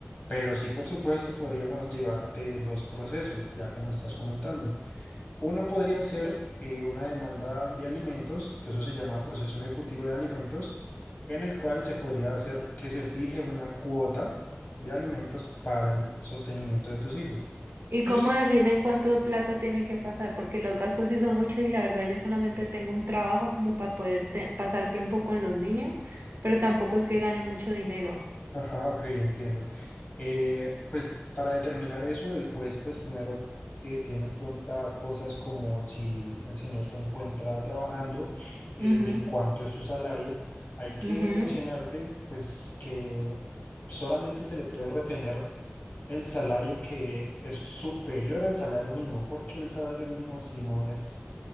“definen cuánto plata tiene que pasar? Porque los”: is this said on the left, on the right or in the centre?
Right